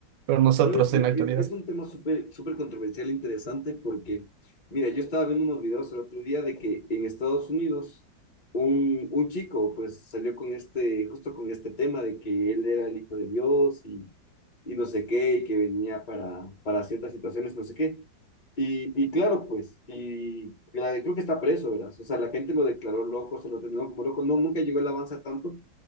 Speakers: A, on the right; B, on the left.
A: con nosotros
B: Sabes que
A: en la actualidad?
B: es, es un tema súper súper controversial e interesante porque, mira, yo estaba viendo unos videos el otro día de que en Estados Unidos un, un chico pues salió con este, justo con este tema de que él era el hijo de Dios y, y no sé qué, y que venía para, para ciertas situaciones, no sé qué. Y, y claro, pues, y la- creo que está preso, ¿verdad? O sea, la gente lo declaró loco, se lo terminó como loco, no, nunca llegó el avance a tanto,